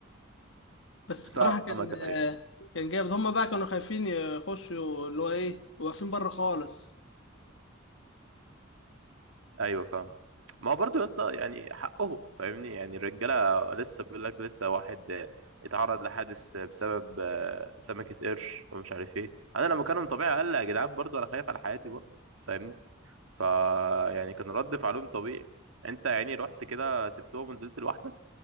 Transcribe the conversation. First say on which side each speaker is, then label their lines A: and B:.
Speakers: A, on the left; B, on the right.
A: بس بصراحة
B: فاهمك
A: كان
B: ايوه
A: كان جامد هما بقى كانوا خايفين يخشوا اللي هو ايه واقفين بره خالص
B: ايوه فاهم ما هو برضه يا اسطى يعني حقه فاهمني يعني الرجاله لسه بيقول لك لسه واحد اتعرض لحادث بسبب آه، سمكه قرش ومش عارف ايه انا لما كان طبيعي اقل يا جدعان برضه انا خايف على حياتي برضه فاهمني فا يعني كان رد فعلهم طبيعي انت يعني رحت كده سبتهم ونزلت لوحدك